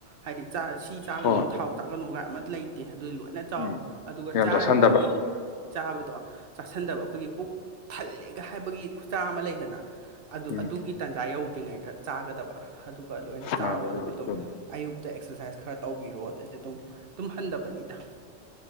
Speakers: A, on the right; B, on the left.
A: ꯍꯥꯏꯗꯤ ꯆꯥ ꯁꯤ ꯆꯥꯒꯅꯨ
B: ꯍꯣꯏ
A: ꯊꯥꯎ ꯆꯥꯒꯅꯨꯒꯥꯏ ꯑꯃ ꯂꯩꯇꯦ ꯑꯗꯨꯗꯤ ꯂꯣꯏ ꯐꯅ ꯆꯥꯎ
B: ꯎꯝ
A: ꯑꯗꯨꯒ
B: ꯌꯥꯝ
A: ꯆꯥꯔꯤꯕ
B: ꯆꯥꯁꯟꯗꯕ
A: ꯑꯩꯒꯤ ꯆꯥꯕꯗꯣ ꯆꯥꯁꯟꯗꯕ ꯑꯩꯈꯣꯏꯒꯤ ꯄꯨꯛ ꯊꯜꯂꯦꯒ ꯍꯥꯏꯕꯒꯤ ꯈꯨꯠꯆꯥ ꯑꯃ ꯂꯩꯗꯅ ꯑꯗꯨ
B: ꯎꯝ
A: ꯑꯗꯨꯒꯤ ꯇꯥꯟꯖꯥ ꯌꯧꯗ꯭ꯔꯤꯉꯩꯗ ꯆꯥꯒꯗꯕ ꯑꯗꯨꯒ ꯂꯣꯏꯅ ꯆꯥꯎ
B: ꯃꯥꯅꯦ ꯑꯗꯨꯕꯨ
A: ꯑꯗꯨꯒ ꯑꯗꯨꯝ
B: ꯆꯨꯝꯃꯤ
A: ꯑꯌꯨꯛꯇ ꯑꯦꯛꯁꯔꯁꯥꯏꯁ ꯈꯔ ꯇꯧꯕꯤꯔꯣ ꯑꯗꯨꯗꯗꯤ ꯑꯗꯨꯝ ꯑꯗꯨꯝ ꯍꯟꯗꯕꯅꯤꯗ